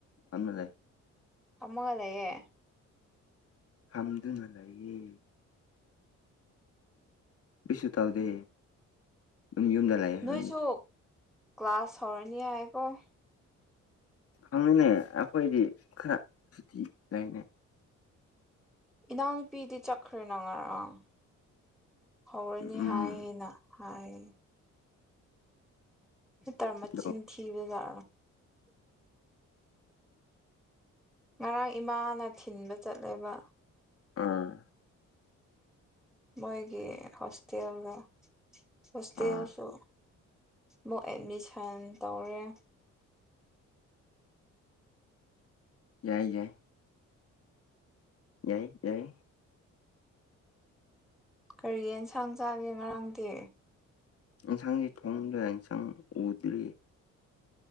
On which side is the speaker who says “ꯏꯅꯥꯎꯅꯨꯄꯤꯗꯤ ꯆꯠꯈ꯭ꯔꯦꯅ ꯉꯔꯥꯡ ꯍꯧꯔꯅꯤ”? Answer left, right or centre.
Centre